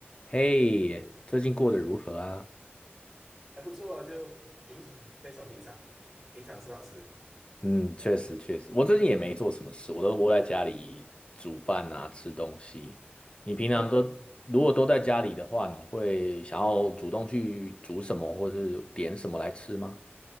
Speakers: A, on the left; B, in the centre.
A: 嘿，最近过得如何啊？
B: 还不错啊，就平非常平常，平常是好事。
A: 嗯，确实确实，我最近也没做什么事，我都窝在家里煮饭啊，吃东西。你平常都如果都在家里的话，
B: 哦，
A: 你会想要主动去煮什么，或是点什么来吃吗？